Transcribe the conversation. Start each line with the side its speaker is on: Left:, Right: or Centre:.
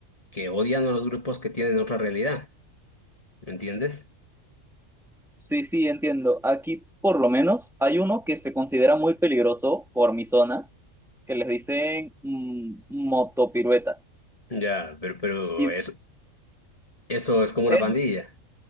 Left: que odian a los grupos que tienen otra realidad, ¿me entiendes?
Centre: Sí, sí, entiendo. Aquí, por lo menos, hay uno que se considera muy peligroso por mi zona, que les dicen mm, motopirueta.
Left: Ya, pero, pero
Centre: Y
Left: eso, eso es como una
Centre: es-
Left: pandilla.